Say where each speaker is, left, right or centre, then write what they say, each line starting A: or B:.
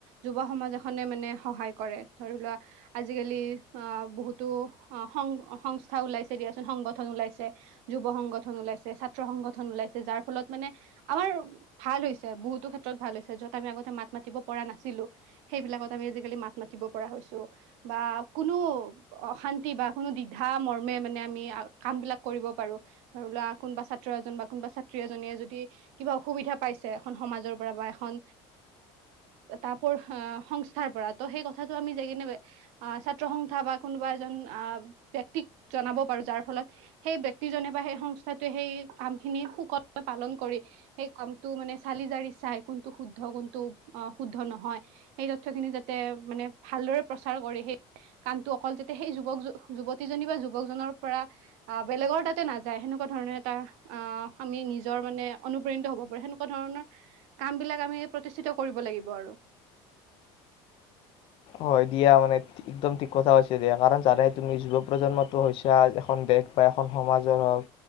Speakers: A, on the right (about 75°); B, on the left (about 50°).
A: যুৱ সমাজ এখনে মানে সহায় ধৰি লোৱা আজিকালি অ' বহুতো অ সং সংস্থা ওলাইছে। দিয়াচোন সংগঠন ওলাইছে যুৱ সংগঠন ওলাইছে ছাত্ৰ সংগঠন ওলাইছে যাৰ ফলত মানে আমাৰ ভাল হৈছে বহুতো ক্ষেত্ৰত ভাল হৈছে। যত আমি আগতে মাত মাতিব পৰা নাছিলোঁ, সেইবিলাকত আমি আজিকালি মাত মাতি মাতিতব পৰা হৈছো, বা কোনো অশান্তি বা কোনো দিধা মৰ্মে মানে আমি কাম বিলাক কৰিব পাৰো। কোন ছাত্ৰ এজন কোনা ছাত্ৰী এজনী যদি কিবা অসুবিধা পায়। এখন সমাজৰ পৰা বা এখন তাপোৰ সংস্থাৰ পৰা সেই কথা তাতো আমি যাই কিনে নে ছাত্ৰ সংন্স্থা বা কোনোবা এজন এজন ব্যক্তিৰ জনাব পাৰো। যাৰ ফলত সেই ব্যক্তিজনে বা সেই সংস্থাটোৱে সেই কাম খিনি সুকলে পালন কৰি সেই কাম টো চালি যাৰ চাই কোনটো শুদ্ধ কোনটো শুদ্ধ নহয় সেই তথ খিনি যাতে মানে ভালদৰে প্ৰচাৰ কৰে। সেই কামটো অকল সেই সেই যুৱক যুৱতীজনী বা যুৱকজনৰ পৰা অ' বেলেগৰ তাতে নাযায় সেনেকুৱা ধৰণে এটা অআ আমি নিজৰ মানে অনুপ্ৰাণিত হ'ব পাৰ সেনেকুৱা তে ধৰণৰ কাম বিলাক আমি প্ৰতিষ্ঠিত কৰিব লাগিব আৰু
B: হয় দিয়া মানে একদম ঠিক কথা কৈছা, দিয়া কাৰণ জানে তুমি যুৱ প্ৰজন্মতো হৈছেছা এখন দেশ বা এখন সমাজৰ হওঁক।